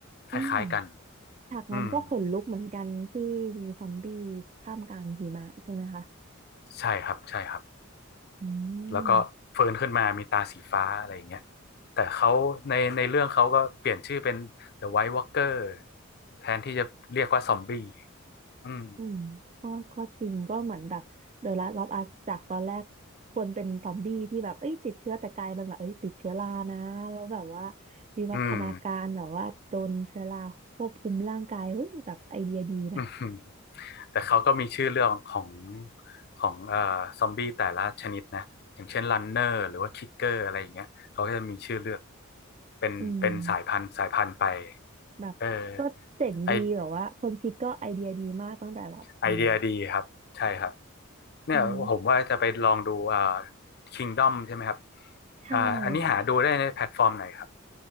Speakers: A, on the right; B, on the left.
A: อืม
B: คล้ายๆกัน
A: ฉากนั้นก็ขนลุกเหมือนกันที่มีซอมบี้
B: อืม
A: ท่ามกลางหิมะใช่ไหมคะ
B: ใช่ครับใช่ครับ
A: อื
B: แล้วก็ฟื้นขึ้นมามีตาสีฟ้าอะไรอย่างเงี้ย
A: ม
B: แต่เขาในในเรื่องเขาก็เปลี่ยนชื่อเป็น The White Walker แทนที่จะเรียกว่าซอมบี้อืม
A: อืมก็ก็จริงก็เหมือนแบบเดอะลาสต์ออฟอัสจากตอนแรกควรเป็นซอมบี้ที่แบบเอ้ยติดเชื้อแต่กลายเป็นแบบเอ้ยติดเชื้อรานะแล้วแบบว่าวิวัฒนาการแบบว่าโดนเชื้อราควบคุมร่างกายเฮ้ยแบบไอเดียดีนะ
B: อืม <laughs> อืม แต่เขาก็มีชื่อเรื่องของของเอ่อซอมบี้แต่ละชนิดนะอย่างเช่นรันเนอร์หรือว่าคิกเกอร์อะไรอย่างเงี้ยเขาก็จะมีชื่อเลือกเป็นเป็นสายพันธุ์สายพันธุ์ไป
A: อืมแบบก็เจ๋งดีแบบว่าคนคิดก็ไอเดียดีมากตั้งแต่แบบอืม
B: เออไอไอเดียดีครับใช่ครับเนี่ยผมว่าจะไปลองดูอ่า
A: อืม
B: Kingdom ใช่ไหมครับ
A: ใช่ค่ะ
B: อ่าอันนี้หาดูได้ในแพลตฟอร์มไหนครับ